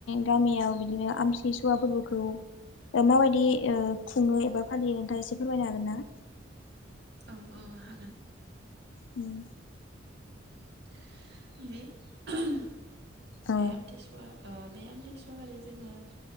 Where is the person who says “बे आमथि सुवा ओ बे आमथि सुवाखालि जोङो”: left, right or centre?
Right